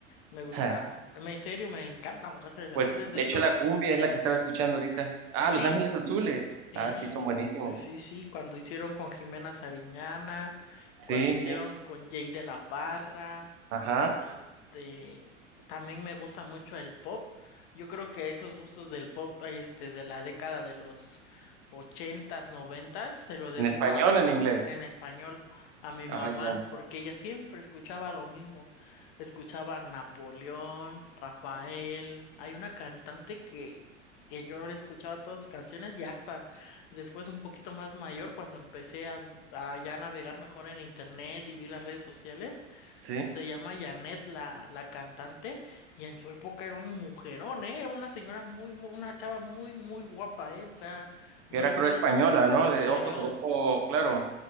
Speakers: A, on the left; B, on the right.
A: me gusta,
B: <laughs>
A: me- en serio, me encantan Los Ángeles Azules.
B: Pues, de
A: De hecho,
B: hecho, la cumbia es la que estaba escuchando ahorita. Ah,
A: ¿así?
B: Los Ángeles Azules.
A: Sí,
B: Ah, sí, son buenísimos.
A: sí, sí, sí. Cuando hicieron con Jimena Sariñana, cuando
B: Sí,
A: hicieron
B: sí,
A: con Jay de la Parra.
B: ajá.
A: Este, también me gusta mucho el pop. Yo creo que esos gustos del pop, este, de la década de los ochentas, noventas, se lo debo
B: En español,
A: a,
B: en inglés.
A: en español, a mi
B: Ajá,
A: mamá,
B: ya.
A: porque ella siempre escuchaba lo mismo. Escuchaba Napoleón, Rafael. Hay una cantante que, que yo escuchaba todas sus canciones y hasta después un poquito más mayor, cuando empecé a, a ya navegar mejor en internet y vi las redes sociales.
B: Sí,
A: Se llama Janet la, la cantante y en su época era un mujerón, ¿eh? Era una señora muy, muy, una chava muy, muy guapa, ¿eh? O sea, no
B: que era
A: le
B: creo
A: piden
B: española, ¿no?
A: española.
B: De ojos, ojo, claro.